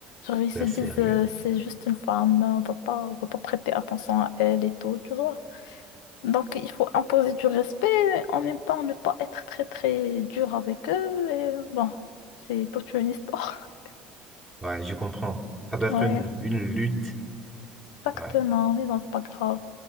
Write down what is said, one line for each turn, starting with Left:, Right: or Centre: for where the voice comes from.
Left: Genre, ils se
Centre: C'est
Left: disent,
Centre: sérieux.
Left: euh, c'est juste une femme, on va pas, on va pas prêter attention à elle et tout, tu vois. Donc, il faut imposer du respect, en même temps, ne pas être très, très dur avec eux. Et bon, c'est toute une histoire.
Centre: Ouais, je comprends. Ça doit
Left: <laughs> Ouais,
Centre: être une, une lutte.
Left: exactement.
Centre: Ouais.
Left: Mais bon, c'est pas grave.